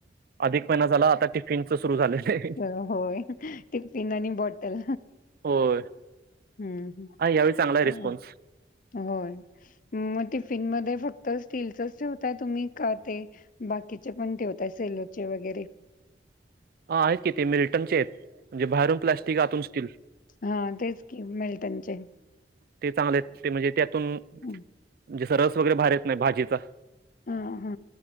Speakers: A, on the right; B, on the left.
A: अधिक महिना झाला आता टिफिनचं सुरू झालेलं आहे
B: होय टिफिन आणि बॉटल
A: होय
B: हं, हं.
A: अ यावेळी चांगला आहे
B: हां,
A: रिस्पॉन्स
B: होय. मग टिफिनमध्येध्ये फक्त स्टीलच ठेवताय तुम्ही का ते. बाकीचे पण ठेवताय सेलोचे वगैरे
A: हा आहेत कि ते मिल्टनचे आहेत म्हणजे बाहेरून प्लास्टिक आतून स्टील
B: हा तेच क मिेल त्यांचे
A: ते चांगले आहेत ते म्हणजे त्यातून
B: हं.
A: जसं रस वगैरे भार येत नाही भाजीचा
B: हा हा